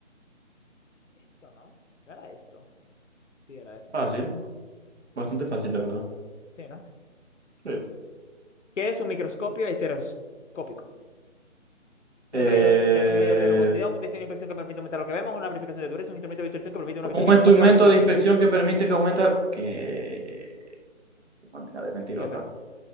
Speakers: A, on the left; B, on the right.
A: Esto, ¿no? ¿No era esto? Sí, era esto.
B: Fácil. Bastante fácil, la verdad.
A: Sí, ¿no?
B: Sí.
A: ¿Qué es un microscopio estereoscópico? Un
B: Eh,
A: medidor de, un medidor de rugosidad, un test de inspección que permite aumentar lo que vemos, una amplificación de dureza, un instrumento de visualización que permite una visión
B: un
A: microscópica
B: instrumento
A: de los objetos.
B: de inspección que permite que aumenta... ¿Qué? Qué manera de mentirota.
A: Que per...